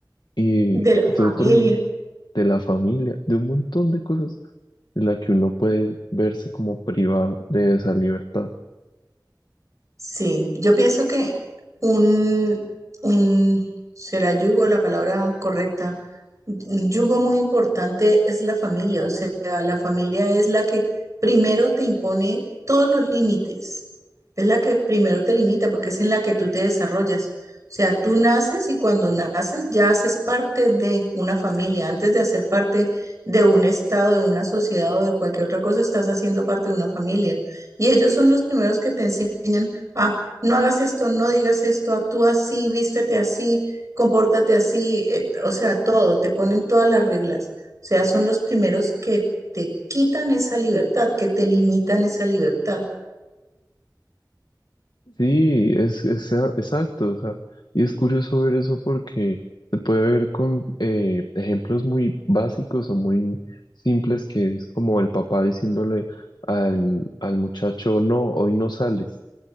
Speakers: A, on the left (about 75°); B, on the right (about 45°).
A: y
B: de la
A: de otro,
B: familia
A: de la familia, de un montón de cosas de la que uno puede verse como privado de esa libertad.
B: Sí, yo pienso que un, un, será yugo la palabra correcta. Un yugo muy importante es la familia, o sea, la familia es la que primero te impone todos los límites, es la que primero te limita porque es en la que tú te desarrollas. O sea, tú naces y cuando naces ya haces parte de una familia. Antes de hacer parte de un estado, de una sociedad o de cualquier otra cosa, estás haciendo parte de una familia. Y ellos son los primeros que te enseñan ah, no hagas esto, no digas esto, actúa así, vístete así, compórtate así, eh, o sea, todo, te ponen todas las reglas. O sea, son los primeros que te quitan esa libertad, que te limitan esa libertad.
A: Sí, es, es- exacto, o sea, y es curioso ver eso porque se puede ver con eh, ejemplos muy básicos o muy simples, que es como el papá diciéndole al, al muchacho, no, hoy no sales,